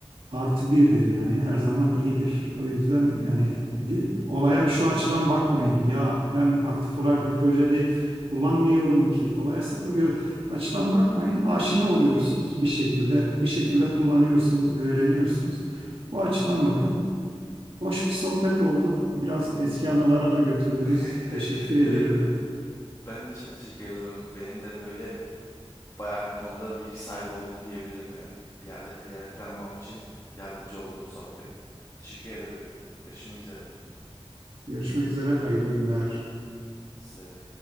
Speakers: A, on the right; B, on the left.
A: artı birdir yani her zaman iyidir. O yüzden yani
B: Hı hı,
A: di- olaya şu açıdan bakmayın. Ya ben aktif olarak bir projede kullanmıyorum ki. Olaya sırf o gö- açıdan bakmayın. Aşina oluyorsunuz bir şekilde. Bir şekilde kullanıyorsunuz, öğreniyorsunuz. Bu açıdan bakın. Hoş bir sohbet oldu. Biraz
B: anladım.
A: eski anılara da götürdünüz.
B: <laughs>
A: Teşekkür ediyorum.
B: Evet evet. Ben de çok teşekkür ederim. Benim de böyle bayağı bir konuda bilgi sahibi oldum diyebilirim yani. İleride kariyer planlamam için yardımcı oldu bu sohbet. Teşekkür ederim. Görüşmek üzere.
A: Görüşmek üzere. Hayırlı günler.
B: Size de.